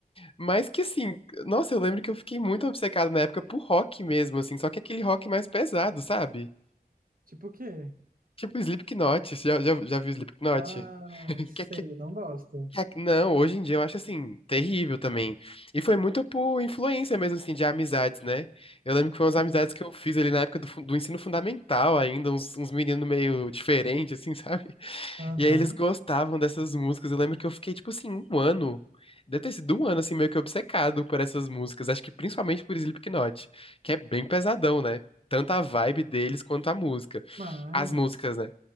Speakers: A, on the left (about 35°); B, on the right (about 60°).
A: mas que assim, nossa, eu lembro que eu fiquei muito obcecado na época por rock mesmo, assim, só que aquele rock mais pesado, sabe?
B: Tipo o quê?
A: Tipo Slipknot, você já já, já viu Slipknot?
B: Ah,
A: <laughs>
B: sei,
A: Que é
B: não gosto.
A: ah, Não, hoje em dia eu acho assim, terrível também. E foi muito por influência mesmo, assim, de amizades, né? Eu lembro que foi
B: Sim.
A: umas amizades que eu fiz ali na época do, fun- do ensino fundamental ainda, uns, uns meninos meio diferentes, assim, <laughs> sabe?
B: Aham.
A: E aí eles gostavam dessas músicas. Eu lembro que eu fiquei, tipo assim, um ano. Deve ter sido um ano, assim, meio que obcecado por essas músicas. Acho que principalmente por Slipknot, que é bem pesadão, né? Tanto a vibe deles quanto a música.
B: Mas,
A: As músicas, né?